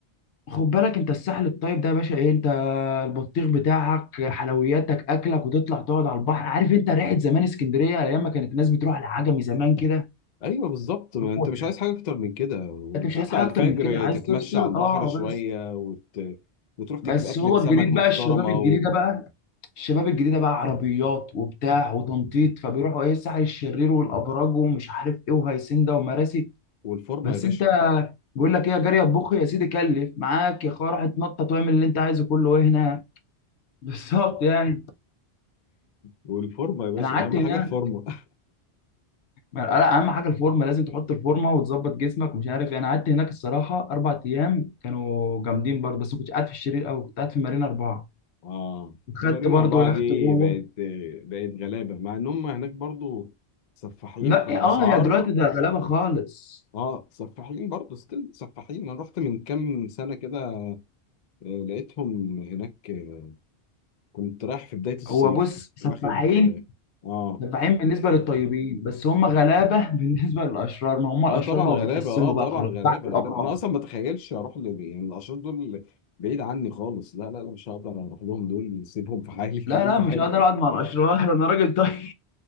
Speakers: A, on the left (about 75°); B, on the left (about 50°).
A: خد بالك انت الساحل الطيب ده يا باشا ايه انت البطيخ بتاعك حلوياتك اكلك وتطلع تقعد على البحر عارف انت ريحه زمان اسكندريه ايام ما كانت الناس بتروح للعجمي زمان كده
B: ايوه بالظبط ما
A: هو
B: انت
A: ده
B: مش عايز حاجه اكتر من كده وتطلع
A: انت مش عايز حاجه
B: الفجر
A: اكتر من كده عايز
B: تتمشى
A: تفصل
B: على البحر
A: اه
B: شويه
A: بس
B: وت... وتروح تجيب
A: بس
B: اكله
A: هو
B: سمك
A: الجديد
B: محترمه
A: بقى الشباب الجديده
B: و...
A: بقى الشباب الجديده بقى عربيات وبتاع وتنطيط فبيروحوا ايه سعي الشرير والابراج ومش عارف ايه وهيسنده ومراسي
B: والفورمه
A: بس
B: يا باشا
A: انت بيقول لك ايه يا جاري اطبخ يا سيدي كلف معاك يا اخويا روح اتنطط واعمل اللي انت عايزه كله ايه هنا <laughs> بالظبط يعني
B: والفورمه يا باشا
A: انا قعدت
B: اهم
A: هناك
B: حاجه الفورمه
A: لا اهم حاجه الفورمه لازم تحط الفورمه وتظبط جسمك ومش عارف إيه. انا قعدت هناك الصراحه اربع ايام كانوا جامدين برضه بس ما كنتش قاعد في الشرير قوي كنت قاعد في مارينا اربعه
B: اه
A: خدت
B: ده مارينا
A: برضه
B: أربعة
A: يخت
B: دي
A: جوه
B: بقت بقت غلابة مع إن هم هناك برضو سفاحين
A: لا
B: في الأسعار
A: اه هي دلوقتي ده غلابه خالص
B: اه سفاحين برضو ستيل سفاحين أنا رحت من كام سنة كده آه، لقيتهم هناك آه، كنت رايح في بداية الصيف
A: هو بص سفاحين
B: واخد اه اه
A: سفاحين بالنسبه للطيبين بس هم غلابه <laughs> بالنسبه للاشرار ما هم الاشرار
B: آه، طبعا
A: بقوا
B: غلابة
A: بيتقسموا
B: اه طبعا
A: بقى خلاص
B: غلابة
A: تحت الابرار
B: غلابة أنا أصلا ما أتخيلش أروح ل... يعني الأشخاص دول بعيد عني خالص لا لا لا مش هقدر أروح لهم دول سيبهم في حالي
A: لا
B: <laughs> خليهم
A: لا
B: في حالي
A: مش هقدر اقعد مع الاشرار <laughs> انا راجل طيب